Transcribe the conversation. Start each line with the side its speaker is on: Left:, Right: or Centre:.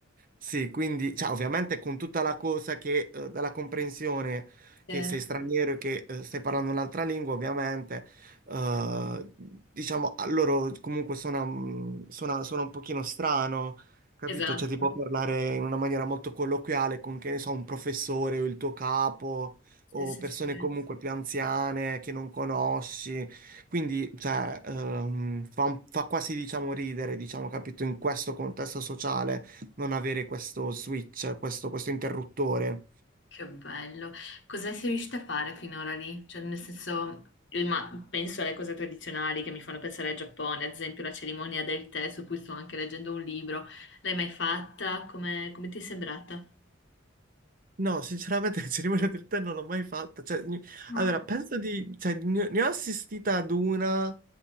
Right: sì, quindi, cioè, ovviamente con tutta la cosa che, eh, dalla comprensione
Left: sì,
Right: che sei straniero e che eh, stai parlando un'altra lingua, ovviamente, eh, diciamo, a loro comunque suona, mm, suona, suona un pochino strano, capito?
Left: esatto.
Right: Cioè tipo parlare in una maniera molto colloquiale con, che ne so, un professore o il tuo capo
Left: Sì,
Right: o
Left: sì,
Right: persone
Left: sì.
Right: comunque più anziane che non conosci. Quindi, cioè, ehm, fa, un- fa quasi, diciamo, ridere, diciamo, capito, in questo contesto sociale non avere questo switch, questo, questo interruttore.
Left: Che bello. Cosa sei riuscita a fare finora lì? Cioè, nel senso, io imma- penso alle cose tradizionali che mi fanno pensare al Giappone, ad esempio la cerimonia del tè, su cui sto anche leggendo un libro. L'hai mai fatta? Come, come ti è sembrata?
Right: No, sinceramente, <laughs> la cerimonia del tè non l'ho mai fatta. Cioè, mi-
Left: No.
Right: allora, penso di... Cioè, ne, ne ho assistita ad una...